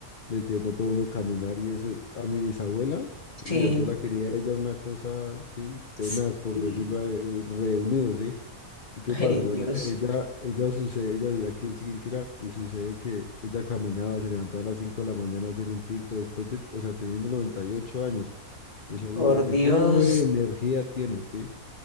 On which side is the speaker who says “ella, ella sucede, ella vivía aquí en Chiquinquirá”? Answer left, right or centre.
Left